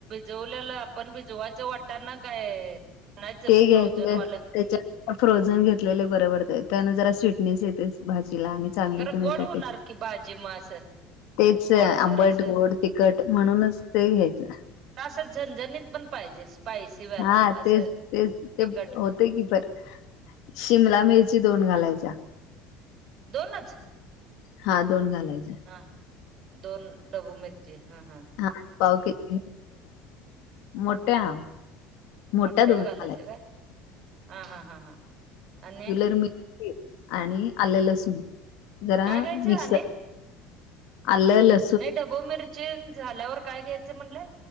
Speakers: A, on the right (about 40°); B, on the left (about 65°).
A: जेवलेलं आपण भिजवायच वाटण ना काय आणयच
B: ते
A: फ्रोजन
B: घ्यायचं
A: वालं
B: त्याच्या फ्रोझन घेतलेले बरबरत त्यान जरा स्वीटनेस येते. भाजीला आणि चांगली
A: खरं
B: पण
A: गोड
B: येतात
A: होणार
B: टेक्
A: की भाजी म असं
B: तेच
A: गोडसर
B: आंबट
A: असं
B: गोड तिखट म्हणूनच ते घ्यायचं.
A: तास झनझणीत पण पाहिजे. स्पायसीवाला
B: हा
A: असं
B: तेच तेच
A: तिखट
B: ते.. तेकी बर, शिमला मिरची दोन घालायच्या.
A: दोनच.
B: हा दोन घालायचे
A: हा दोन डबू मिरची हा हां
B: हा पाव किती मोठ्या <unintelligible> मोठ्या
A: मोठ्याच
B: दोनाला
A: घालायच्या काय हा हा हा हा आणि
B: हम्लर म <inaudible> आणि आले लसूण जरा
A: काय घ्यायचं
B: मिक्स
A: आणि
B: अलं ल
A: नाही ढोबळी मिरचीचें झाल्यावर काय घ्यायचं म्हणलं